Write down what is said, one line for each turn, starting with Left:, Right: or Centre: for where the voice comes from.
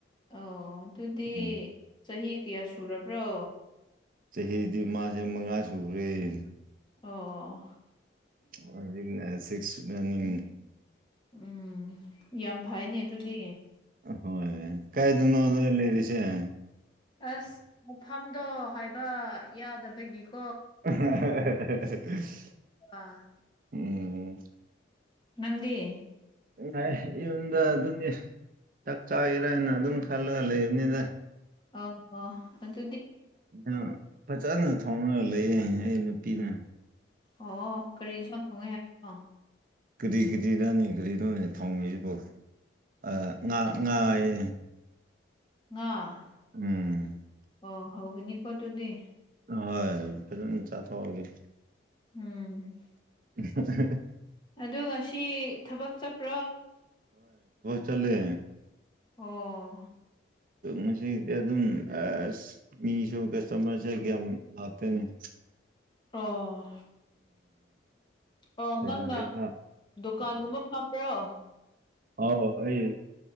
Left: ꯑꯣ ꯑꯗꯨꯗꯤ
Right: ꯎꯝ
Left: ꯆꯍꯤ ꯀꯌꯥ ꯁꯨꯔꯕ꯭ꯔꯣ
Right: ꯍꯗꯤ ꯃꯥꯁꯦ ꯃꯉꯥ ꯁꯨꯈ꯭ꯔꯦꯅꯤ
Left: ꯑꯣ
Right: ꯍꯧꯖꯤꯛꯅ ꯁꯤꯛꯁ ꯔꯅꯤꯡ
Left: ꯎꯝ ꯌꯥꯝ ꯐꯩꯅꯦ ꯑꯗꯨꯗꯤ
Right: ꯍꯣꯏ ꯀꯥꯏ ꯨꯅ ꯂꯩꯔꯤꯁ
Left: ꯑꯁ ꯃꯐꯝꯗꯣ ꯍꯥꯏꯕ ꯌꯥꯗꯕꯒꯤꯣ
Right: <inaudible> <unintelligible>
Left: ꯑ
Right: ꯎꯝ
Left: ꯅꯪꯗꯤ
Right: ꯥꯏ ꯌꯨꯝꯗ ꯑꯗꯨꯅꯤ ꯆꯥꯛ ꯆꯥꯒꯔꯅ ꯑꯗꯨꯝ ꯈꯜꯂꯒ ꯂꯩꯕꯅꯤꯗ
Left: ꯑꯣ ꯍ ꯑꯗꯨ
Right: ꯑ ꯐꯖꯅ ꯊꯥꯎꯅꯔ ꯂꯩꯔꯦ ꯑꯩ ꯅꯨꯄꯤꯅ
Left: ꯑꯣ ꯀꯔꯤ ꯏꯟꯁꯥꯡ ꯊꯣꯡꯉꯤꯦ ꯍꯥꯏꯅꯣ
Right: ꯑꯗꯨꯗꯩ ꯗꯤ ꯅꯅꯤ ꯑꯗꯨꯗꯤꯩ ꯅꯣꯅꯦ ꯊꯣꯡꯉꯤꯁꯤꯕꯨꯣ ꯑ ꯉ ꯉꯑꯦ
Left: ꯑ
Right: ꯎꯝ
Left: ꯑꯣ ꯍꯒꯅꯤ ꯀꯣ ꯑꯗꯨꯗꯤ
Right: ꯍꯣꯏ ꯐꯖ ꯆꯥꯊꯣꯛꯑꯒꯦ
Left: ꯎꯝ
Right: <unintelligible>
Left: ꯑ ꯉꯁꯤ ꯊꯕꯛ ꯆꯠꯄ꯭ꯔꯣ
Right: ꯆꯂꯦ
Left: ꯑꯣ
Right: ꯃꯁꯤꯁꯗꯤ ꯑꯗꯨꯝ ꯑ ꯃꯤꯁꯨꯣ ꯀꯁꯇꯔꯁ ꯌꯥꯝ ꯂꯥꯛ <unintelligible>
Left: ꯑꯣ ꯑꯣ
Right: ꯄꯩꯁꯥꯁꯦ
Left: ꯅꯪꯅ
Right: ꯈꯔ
Left: ꯗꯨꯀꯥꯟꯒꯨꯝꯕ
Right: ꯎꯝ
Left: ꯐꯪꯝꯕ꯭ꯔꯣ
Right: ꯑꯥꯎ ꯑꯩ